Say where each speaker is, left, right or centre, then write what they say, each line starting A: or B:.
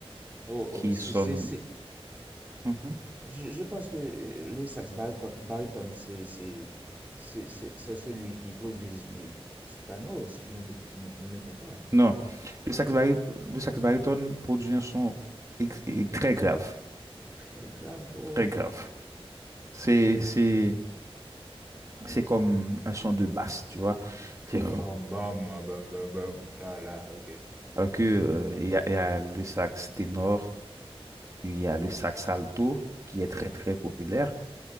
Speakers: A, on the right; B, on the right.
A: oh,
B: qui
A: oh, c'est,
B: sonne
A: c'est, c'est-
B: Mhm.
A: je, je pense que euh, le sax barico- baryton, c'est, c'est, c'est, c'est c'est celui qui produit le, le soprano, si je ne, ne, ne me trompe pas.
B: Non, le sax bari- le sax baryton produit un son ex- et très grave,
A: Très grave, oh,
B: très
A: ok,
B: grave.
A: ok.
B: C'est, c'est, c'est comme un son de basse, tu vois. C'est...
A: Bam, bam, bam, bam, bam, bam. là, là, ok.
B: Alors que, euh, il y a, il y a le sax ténor, puis il y a le sax alto, qui est très, très populaire.